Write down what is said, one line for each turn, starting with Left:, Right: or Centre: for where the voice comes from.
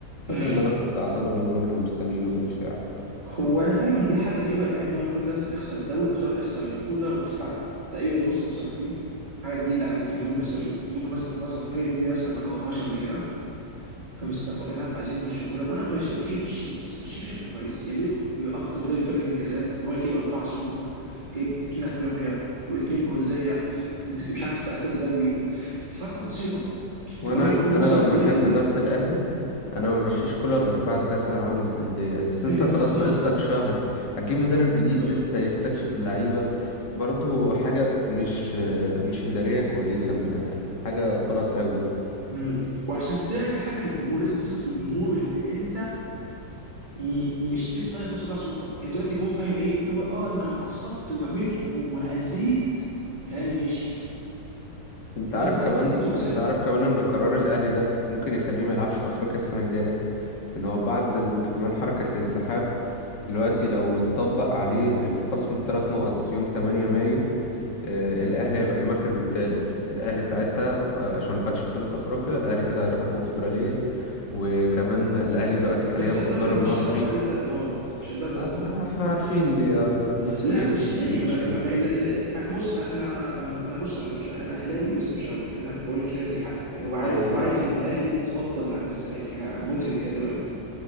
Right: امم
Left: فده اللي انا كنت اعتقد ان هم كانوا مستنيينه في الفعل
Right: هو انا فاهم ان دي حاجه غريبه الاهلي هو ممكن اصلا تخسر الدوري وفي نفس الوقت تخسر البطوله وتطلع تقريبا موسم صفري حاجه جديده عن الجمهور بس ممكن مثلا معظم الجماهير الجديده مثلا ما جربهاش قبل كده فمستغربينها فعايزين يمشوا كولر وانا ماشي اوكي مشيه بس مشيه بشكل كويس يليق باكتر مدرب جاب لك انجازات الراجل جايب اربعه سوبر جايب اثنين افريقيا واثنين برونزيه مش عارف تلاته دوري فتره بسيطه
Left: وانا
Right: الراجل كل
Left: انا
Right: موسم
Left: لو مكان
Right: بياكل
Left: اداره الاهلي انا ما مشيش كولر غير بعد كاس العالم للانديه بس انت
Right: بالظبط
Left: خلاص ناقص لك شهر هتجيب مدرب
Right: بالظبط
Left: جديد لسه هيستكشف اللعيبه برضو حاجه مش مش اداريه كويسه م- يعني حاجه غلط قوي
Right: امم وعشان تعمل حاجه للجمهور لازم تثبت للجمهور اللي انت م- مش دي الطريقه توصل بيها صوتك انت دلوقتي الجمهور فاهم ايه اللي هو اه انا لما اتعصبت ورميت واذيت كلامي ماشي
Left: انت
Right: انت
Left: عارف
Right: المفروض
Left: كمان
Right: لا كانت دي تبقى رساله
Left: انت عارف كمان ان قرار الاهلي ده ممكن يخليه ما يلعبش في افريقيا السنه الجايه ان هو بعد ال- كمان حركه الانسحاب دلوقتي لو اتطبق عليه الخصم الثلاث نقط يوم 8 مايو آه، الاهلي هيبقى في المركز الثالث الاهلي ساعتها آه، عشان ما خدش بطوله افريقيا الاهلي كده هيروح الكونفدراليه وكمان الاهلي دلوقتي حاليا
Right: بس
Left: بمدرب
Right: اعتقد مش
Left: مصري
Right: هتطبق عليه ثلاث نقاط مش هتدب
Left: آه،
Right: ثلاث نقاط
Left: آه، احنا عارفين ليه آه، المسؤولين
Right: لا مش ليه
Left: بيمشوها
Right: ما ما ما ال- ال- أنا- بص انا انا انا انا بص انا مش انا اهلاوي بس مش قوي يعني انا بقول كلمه الحق يعني وعارف
Left: ايوه فاهم
Right: وعارف ان الاهلي متفضل عن الزمالك انا انا مدرك كده تماما